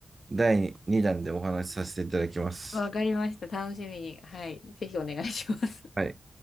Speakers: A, on the right; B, on the left.
A: 第2弾でお話しさせていただきます。
B: わかりました。楽しみに。はい。ぜひお願いします。
A: はい。